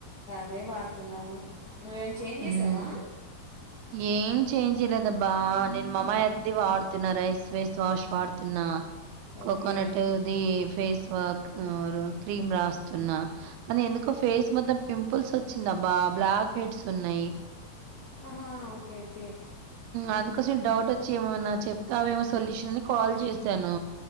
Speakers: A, on the left; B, on the right.
A: అదే వాడుతున్నాను నువ్వేమి చేంజ్
B: హ్మ్.
A: చేసావా
B: ఏం చే జయలేదబ్బా నేను మామ్మాయి అద్దది వాడుతున్నా రైస్ ఫేస్ వాష్ వాడుతున్నా కోకోనట్
A: ఓకే
B: ది ఫేస్ వాక్ క్రీమ్ రాస్తున్నా కానీ ఎందుకో ఫేస్ మొత్తం పింపుల్స్ వచ్చిందబ్బా బ్లాక్ హెడ్స్ ఉన్నాయి
A: ఆహా ఓకే ఓకే
B: అందుకోసం డౌట్ వచ్చి ఏమన్నా చెప్తే అవేమో సొల్యూషన్ అని కాల్ చేశాను